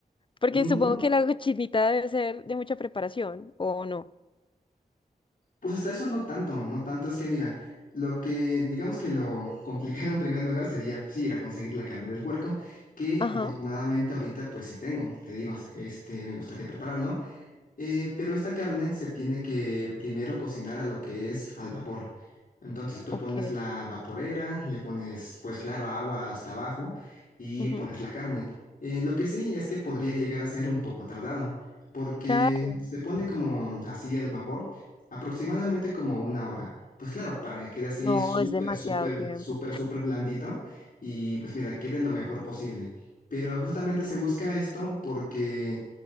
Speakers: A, on the left; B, on the left.
A: Porque
B: Mm,
A: supongo que la cochinita debe ser de mucha preparación, ¿o no?
B: Pues hasta eso no tanto, no tanto. Es que mira, lo que digamos que lo <laughs> complicado en primer lugar sería pues, sí, ir a conseguir la carne del puerco, que
A: Ajá,
B: afortunadamente ahorita pues sí tengo. Te digo, este, me gustaría prepararlo, eh, pero esta carne se tiene que primero cocinar a lo que es al vapor. Entonces tú
A: ok.
B: pones la vaporera, le pones, pues claro, agua hasta abajo y
A: Ujú.
B: pones la carne. Eh, lo que sí es que podría llegar a ser un poco tardado, porque
A: Claro.
B: se pone como así al vapor, aproximadamente como una hora. Pues claro, para que quede así
A: No,
B: súper,
A: es demasiado
B: súper,
A: tiempo.
B: súper, súper blandito y pues mira, quede lo mejor posible. Pero justamente se busca esto porque